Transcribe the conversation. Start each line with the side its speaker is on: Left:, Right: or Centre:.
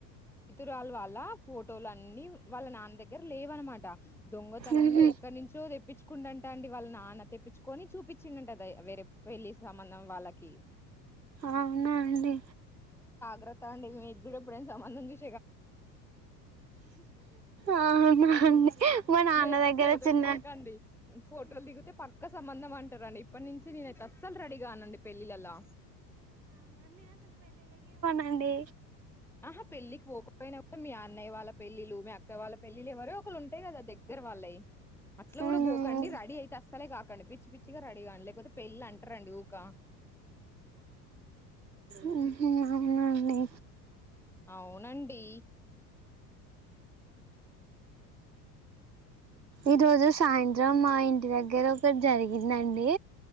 Centre: రాలు వాళ్ళ ఫోటోలు అన్ని వాళ్ళ నాన్న దగ్గర లేవనమాట దొంగతనంగా
Right: ఉహు
Centre: ఎ కొంచో తెప్పించుకుంట అండి వాళ్ళ నాన్న తెప్పించుకొని చూపించిందంట వేరే పెళ్లి సంబంధం వాళ్ళకి
Right: అవునా అండి
Centre: గ్రత అండి మీకూడా ఎప్పుడైనా సంబంధం చూసి
Right: ఆ మా మా నాన్న
Centre: మీరు ఎక్కువ
Right: దగ్గర
Centre: ఫోటోలు
Right: చిన్న
Centre: దిగకండి ఫోటోలు దిగితే పక్క సంబంధం అంటారండి ఇప్పటి నుంచి నేను అయితే అసలు రెడీ కానండి పెళ్ళిలలా
Right: అండి
Centre: ఆహా పెళ్లికి పోకపోయినా మీ అన్నయ్య వాళ్ళ పెళ్ళిళ్లు మీ అక్క వాళ్ళ పెళ్ళిళ్లు ఎవరో ఒకళ్ళు ఉంటయి కదా దగ్గర వాళ్ళయి అట్లా కూడా
Right: ఉహు
Centre: పోకండి రెడీ అయితే అస్ అసలేే కాకండి పిచ్చి పిచ్చిగా రెడీగాండి లేకపోతే పెళ్ళి అంటారండి ఊకా
Right: ఉహు అవునా అండి
Centre: అవునండి
Right: ఈరోజు సాయంత్రం మా ఇంటి దగ్గర ఒకటి జరిగిందండి